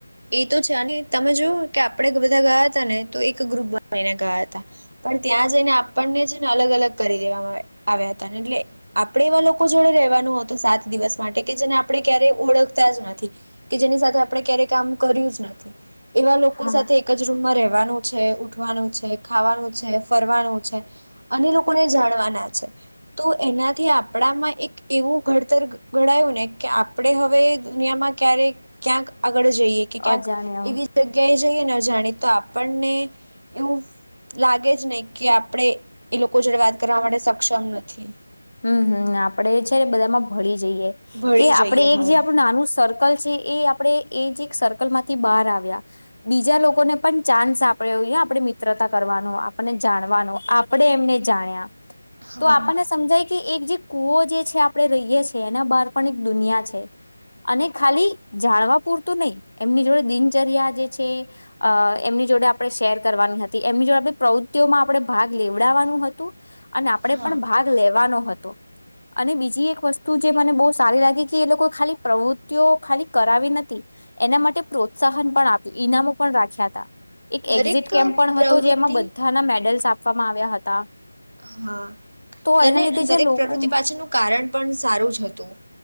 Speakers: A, on the right; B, on the left.
A: એ તો છે અને તમે જોયુ કે આપડે બધા ગયા તાને તો એક ગ્રુપ બને ગયા હતા. પણ ત્યાં જઈને આપણને છે ને અલગ અલગ કરી દેવામાં આવે આવ્યા હતા. ને એટલે આપણેે એવા લોકો જોડે રેવાનું હતું સાત દિવસ માટે કે જેને આપણે ક્યારેય ઓળખતા જ નથી. કે જેની સાથે આપણે ક્યારે કામ કર્યું જ નથી એવા લોકો
B: હા,
A: સાથે એક જ રૂમમાં રહેવ રેવાનું છે, ઉઠવાનું છે, ખાવાનું છે, ફરવાનું છે અને લોકોને જાણવાના છે. તો એનાથી આપણામાં એક એવું ઘડતર ઘડાયું ને, કે આપણે હવે દુનિયામાં ક્યારે ક્યાંક આગળ જ કે ક્યાંક
B: અજાણ્યા
A: એવી જગ્યાએ જઈએ ન જાણીતા આપણને એવું લાગે જ નહી કે આપણે એ લોકો જોડે વાત કરવા માટે સક્ષમ નથી.
B: હમ્મ હમ્મ આપડે છે ને બધામાં ભળી જઈએ
A: ભળી
B: કે
A: જઈએ
B: આપણેે એક
A: હવે
B: જે આપણું નાનું સર્કલ છે, એ આપણે એ જ એક સર્કલ માંથી બહાર આવ્યા. બીજા લોકોને પણ ચાન્સ આપણે હો ને આપણે મિત્રતા કરવાનો, આપણને જાણવાનો, આપણેે એમને જાણ્યા
A: હા
B: તો આપણને સમજાય એક જે કુવો જે છે આપણે રહીએ છીએ. એના બહાર પણ એક દુનિયા છે. અને ખાલી જાણવા પૂરતું નહી, એમની જોડે દિનચર્યા જે છે, અ એમની જોડે આપણે શેર કરવાની હતી. એમની જોડે આપણી પ્રવૃતિઓમાં આપણે ભાગ લેવડાવવાનું હતું અને આપડે
A: હા
B: પણ ભાગ લેવાનો હતો અને બીજી એક વસ્તુ જે મને બહુ સારી લાગી. કે એ લોકો ખાલી પ્રવૃત્તિઓ ખાલી કરાવી નથી. એના માટે પ્રોત્સાહન પણ આપ્યું. ઈનામો પણ રાખ્યા હતા. એક
A: દરેક
B: એક્ઝિટ કેમ્પ પણ
A: પ્રવૃત્તિ
B: હતો જેમાં બધાના મેડલ્સ આપ આપવામાં આવ્યા હતા.
A: હા
B: તો એના
A: અને
B: લીધે
A: દરેક
B: જે લોકો
A: પ્રવૃતિ પાછળનું કારણ પણ સારું જ હતું.